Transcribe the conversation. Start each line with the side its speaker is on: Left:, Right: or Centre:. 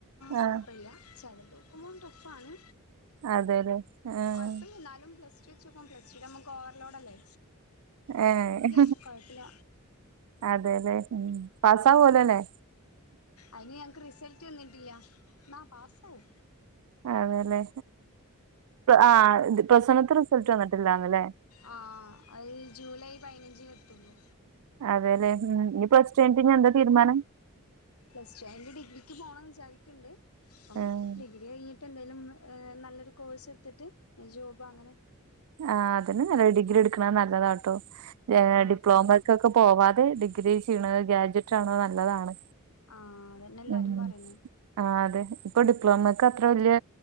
Left: കുഴപ്പമില്ല
Right: ആഹ്
Left: ചല ദക്കുമ്പും ടഫാണ്
Right: അതെല്ലേ ആഹ്
Left: കുഴപ്പില്ല ന്നാലും പ്ലസ് ടു വച്ചുക്കും പ്ലസ് ടു നമുക്ക് ഓവർലോഡ് അല്ലേ അത്രൊന്നുംല്ല
Right: ഏഹ്
Left: കൊഴപ്പില്ല
Right: അതെല്ലേ ഉം പാസ്സാവോലോല്ലേ
Left: ഉ അതിന് ഞങ്ങക്ക് റിസൽ റ്റന്നിട്ടില്ല നാ പാസഔ്
Right: അതേല്ലേ ആ ആ പ്ലസ്നത്തെ റിസൾട്ട് വന്നിട്ടില്ലന്നല്ലേ
Left: ആ അത് ജൂലൈ പതിനഞ്ചിന് എത്തള്ളൂ
Right: അതേല്ലെ ഉം ഇനി പ്ലസ്ടഴഞ്ഞിട്ട് എന്താ തീരുമാനം
Left: പ്ലസ് ടു അന്റെ ഡിഗ്രിക്ക് പോകണംന്ന് വിചാരിക്കണ്ട് അപ്പം
Right: ഏഹ്
Left: ഡിഗ്രി കഴിഞ്ഞിട്ട് എന്തായാലും നല്ലൊരു കോഴ്സ് എടുത്തിട്ട് ജോബ് അങ്ങനെ
Right: ആ അതിന് നല്ല ഡിഗ്രി എടുക്കണ നല്ലതാ കേട്ടോ ഏ
Left: ആ
Right: ഡിപ്ലോമക്കൊക്കെ പോവാ ഡിഗ്രി ചെയ്യണ ഗ്രാജുവേറ്റ് ആണത് നല്ലതാണ്
Left: ആഹ അതന്നെ എല്ലാരും
Right: ഉം
Left: പറയണേ
Right: ആഹ് അതെ ഇപ്പൊ ഡിപ്ലോമക്ക് അത്ര വലിയ